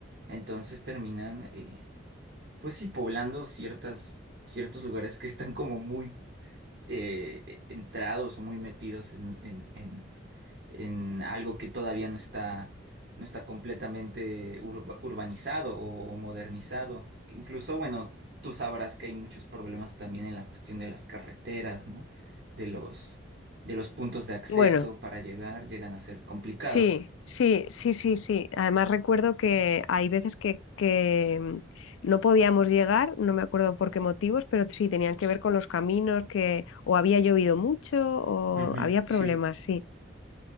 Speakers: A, on the right; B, on the left.
A: entonces terminan, eh, pues sí, poblando ciertas, ciertos lugares que están como muy eh, entrados o muy metidos en, en, en, en algo que todavía no está, no está completamente urba- urbanizado o, o modernizado. Incluso, bueno, tú sabrás que hay muchos problemas también en la cuestión de las carreteras, ¿no? De los, de los puntos de acceso
B: bueno.
A: para llegar, llegan a ser complicados.
B: Sí, sí, sí, sí, sí. Además recuerdo que hay veces que, que mm, no podíamos llegar, no me acuerdo por qué motivos, pero sí tenían que ver con los caminos, que o había llovido mucho o
A: Ujú,
B: había problemas,
A: sí.
B: sí.